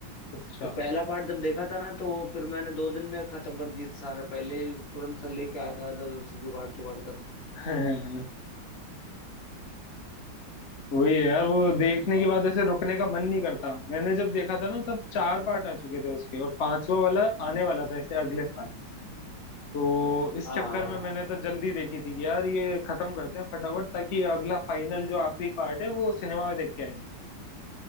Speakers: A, on the left; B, on the left.
A: अच्छा
B: तो पहला पार्ट जब देखा था ना तो फिर मैंने दो दिन में खत्म कर दिया था सारा पहले ही तुरंत लेके आया था इधर से जुगाड़ तुगाड़ करके
A: <laughs> वही है यार वो देखने
B: हाँ
A: के बाद ऐसे रुकने का मन नहीं करता मैंने जब देखा था ना तब चार पार्ट आ चुके थे उसके और पांचवा वाला आने वाला था ऐसे अगले साल तो इस
B: हाँ
A: चक्कर
B: हाँ
A: में मैंने तो जल्दी देखी थी कि यार ये खत्म करते हैं फटाफट ताकि अगला फाइनल जो आखिरी पार्ट है वो सिनेमा में देख के आएंगे